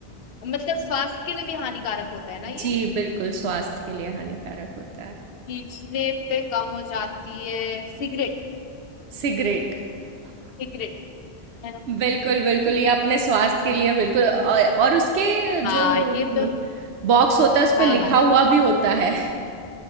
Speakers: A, on the left; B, on the right.
A: मतलब स्वास्थ्य के लिए भी हानिकारक होता है ना ये
B: जी बिल्कुल स्वास्थ्य के लिए हानिकारक होता है
A: पिछले पे कम हो जाती है सिगरेट
B: सिगरेट
A: सिगरेट <laughs> है ना
B: बिल्कुल बिल्कुल ये अपने स्वास्थ्य के लिए बिल्कुल और, और उसके जो
A: हाँ ये
B: हम्म,
A: तो
B: बॉक्स होता है उस
A: हाँ
B: पर लिखा
A: हाँ हाँ
B: हुआ भी होता है